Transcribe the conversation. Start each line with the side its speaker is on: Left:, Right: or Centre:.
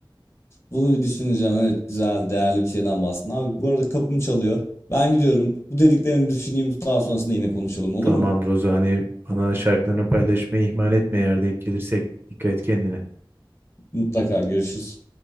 Left: Bunu bir düşüneceğim. Evet güzel, değerli bir şeyden bahsettin. Abi bu arada kapım çalıyor. Ben gidiyorum. Bu dediklerini düşüneyim. Daha sonrasında yine konuşalım olur
Right: Tamam
Left: mu?
Right: Rozani bana şarkılarını paylaşmayı ihmal etme yerde gelirsek dikkat et kendine.
Left: Mutlaka görüşürüz.